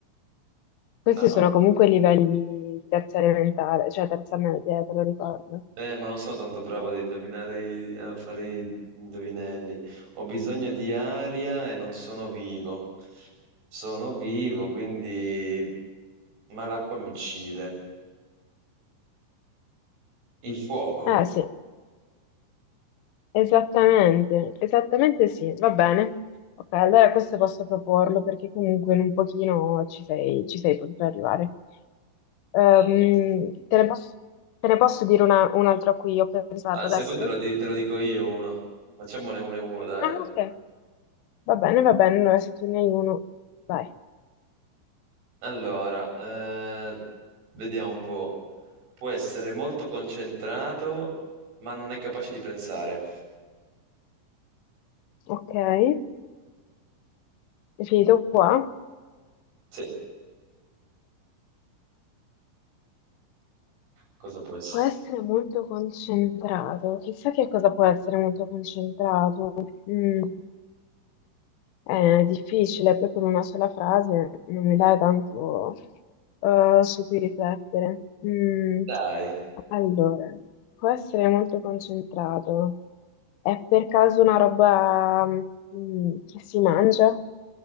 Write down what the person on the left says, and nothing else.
Questi
sono comunque livelli terza elementare, cioè terza media, te lo ricordo.
Eh sì, esattamente, esattamente sì, va bene. Ok, allora questo posso proporlo perché comunque in un pochino ci sei, ci sei potuto arrivare. Ehm,
te ne posso, te ne posso dire una, un altro a cui ho pensato
adesso?
Ah, ok, va bene, va bene, allora se tu ne hai uno, vai.
Ok, è finito qua.
Può essere molto concentrato, chissà che cosa può essere molto concentrato. Mm. Eh, È difficile, proprio in una sola frase non mi dai tanto eh, su cui riflettere. Mm,
allora, può essere molto concentrato. È per caso una roba mm, che si mangia?